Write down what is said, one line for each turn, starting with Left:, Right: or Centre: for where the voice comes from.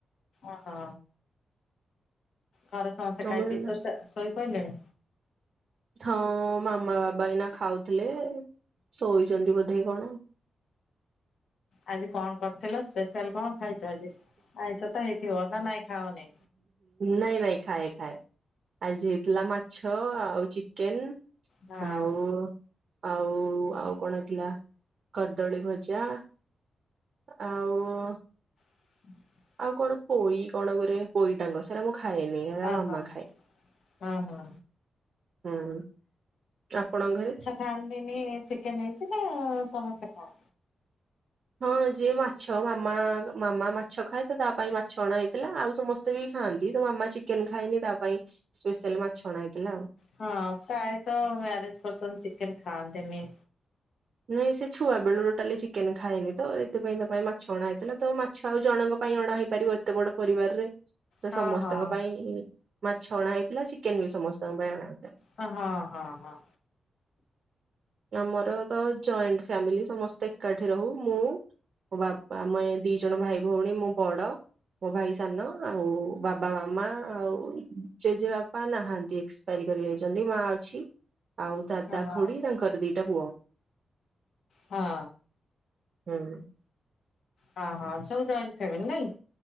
Left: ଓହୋ। ଘରେ ସମସ୍ତେ
Right: ତମର
Left: ଖାଇ ପି ସୋ
Right: ନା
Left: ଶୋଇ ପଇଲେଣି?
Right: ହଁ ମାମା ବାବା ଏଇନା ଖାଉଥିଲେ ଶୋଇଛନ୍ତି ବୋଧେ କଣ।
Left: ଆଜି କଣ କରିଥିଲ ସ୍ପେଶାଲ କଣ ଖାଇଛ ଆଜି ଆଇଷତ ହେଇଥିବ ନା ନାଇଁ ଖାଓନି?
Right: ନାଇଁ ନାଇଁ ଖାଏ ଖାଏ ଆଜି ହେଇଥିଲା ମାଛ ଆଉ ଚିକେନ।
Left: ହଁ।
Right: ଆଉ ଆଉ ଆଉ କଣ ଥିଲା କଦଳୀ ଭଜା। ଆଉ।
Left: ହ
Right: ଆଉ କଣ ପୋଇ କଣ କରେ ପୋଇ ଡାଙ୍ଗ ସେରା ମୁଁ ଖାଏନି ସେଟା
Left: ହଁ
Right: ମାମା
Left: ହଁ
Right: ଖାଏ।
Left: ହଁ ହଁ।
Right: ହୁଁ ଆପଣଙ୍କ ଘରେ।
Left: ଖାନ୍ତିିନି ଚିକେନ ହେଇଥିଲା ନା ସମସ୍ତେ ଖାଅ।
Right: ହଁ ଯିଏ ମାଛ ମାମା ମାମା ମାଛ ଖାଏ ତ ତା ପାଇଁ ମାଛ। ଛଣା ହେଇଥିଲା ଆଉ ସମସ୍ତେ ବି ଖାଆନ୍ତି ତୋ ମାମା ଚିକେନ ଖାଇନି ତା ପାଇଁ ସ୍ପେଶାଲ ମାଛଣା ହେଇଥିଲା ଆଉ।
Left: ହଁ ପ୍ରାୟ ତ ମ୍ୟାରଜ ପସନ ଚିକେନ ଖାଆନ୍ତିନି।
Right: ନାଇଁ ସେ ଛୁଆ ବେଳରୁ ଟୋଟାଲି ଚିକେନ ଖାଏନି ତ ଏଇଥି ପାଇଁ ତା ପାଇଁ ମାଛଣା ହେଇଥିଲା ତ ମା ଛୁଆଉ ଜଣଙ୍କ ପାଇଁ ଅଣା ହେଇ ପାରିବ ଏତେ ବଡ ପରିବାର ରେ ତ
Left: ହଁ
Right: ସମସ୍ତଙ୍କ
Left: ହଁ
Right: ପାଇଁ ମାଛ ଅଣା ହେଇଥିଲା ଚିକେନ ବି ସମସ୍ତଙ୍କ ପାଇଁ ଅଣା ହେଇଥିଲା।
Left: ହଁ ହଁ ହଁ।
Right: ଆମର ତ ଜଏଣ୍ଟ ଫ୍ୟାମିଲି ସମସ୍ତେ ଏକାଠି ରହୁ ମୁଁ ମୋ ବାପା ମାଆ ଦି ଜଣ ଭାଇ ଭଉଣୀ ମୁଁ ବଡ। ମୋ ଭାଇ ସାନ ଆଉ ବାବା ମାମା ଆଉ ଜେଜେବାପା ନାହାନ୍ତି। କରି କରି ଯାଇଛନ୍ତି ମାଆ ଅଛି। ଆଉ ଦାଦା
Left: ହଁ ହଁ।
Right: ଖୁଡି ତାଙ୍କର ଦିଟା ପୁଅ।
Left: ହଁ
Right: ହୁଁ।
Left: ହଁ ହଁ ସବୁ ଜଏଣ୍ଟ ଫ୍ୟାମିଲି ନାଇଁ?